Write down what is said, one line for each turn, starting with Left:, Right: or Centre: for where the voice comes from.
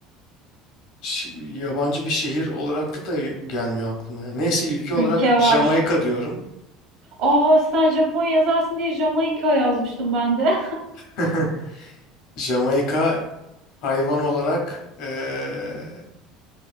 Left: Ş- yabancı bir şehir olarak da da gelmiyor aklıma. ya. Neyse ülke olarak
Right: Ülke var.
Left: Jamaika diyorum.
Right: Aa sen Japonya yazarsın diye Jamaika yazmıştım ben de. <laughs>
Left: <laughs> Jamaika hayvan olarak eee,